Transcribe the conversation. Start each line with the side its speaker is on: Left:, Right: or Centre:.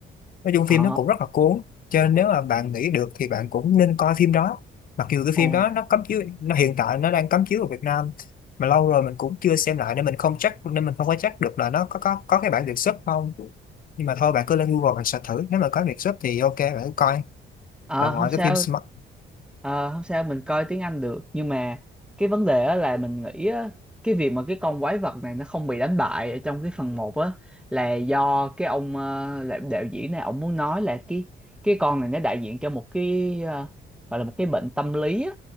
Left: nói chung
Centre: ờ
Left: phim nó cũng rất là cuốn cho nên nếu mà bạn nghĩ được thì bạn cũng nên coi phim đó mặc dù cái
Centre: ồ
Left: phim đó nó cấm chiếu nó hiện tại nó đang cấm chiếu ở Việt Nam mà lâu rồi mình cũng chưa xem lại nên mình không chắc nên mình không có chắc được là nó có có có cái bản Việt xuất không nhưng mà thôi bạn cứ lên Google bạn search thử nếu mà có Việt xuất thì ok bạn cứ coi
Centre: Ờ
Left: mà ngoài
Centre: không sao
Left: cái phim Smart
Centre: ờ, không sao mình coi tiếng Anh được nhưng mà cái vấn đề á là mình nghĩ á, cái việc mà cái con quái vật này nó không bị đánh bại ở trong cái phần một á là do cái ông ờ, là- đạo diễn này ông muốn nói là cái cái con này nó đại diện cho một cái ờ, gọi là một cái bệnh tâm lý á